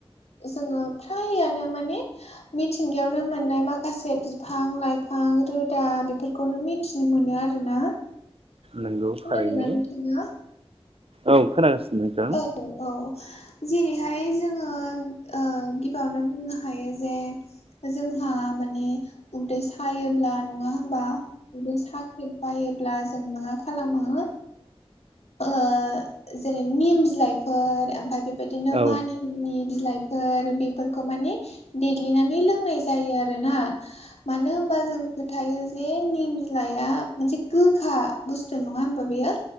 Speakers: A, on the left; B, on the right.
A: जोङो फ्रायानो माने मिथिंगायावनो मोननाय माखासे बिफां लाइफां रोदा बेफोरखौ बेखौनो मिथिनो मोनो आरोना।
B: नंगौ
A: खोनादोंना
B: थारैनो
A: नोंथाङा?
B: औ खोनागासिनो नोंथां।
A: औ औ जेरैहाय जों आ ओ गिबियावनो बुंनो हायो जे जोंहा माने उदै सायोब्ला नङा होमबा बे साख्रेब बायोब्ला जों मा खालामो ओजेरै निम बिलाइफोर ओमफ्राय बेबायदिनो
B: औ
A: मानि नि बिलाइफोर बेफोरखौ माने देग्लिनानै लोंनाय जायो आरोना। मानो होनबा जों फोथायो जे निम बिलाइआ मोनसे गोखा बुस्थु नङा होमबा बेयो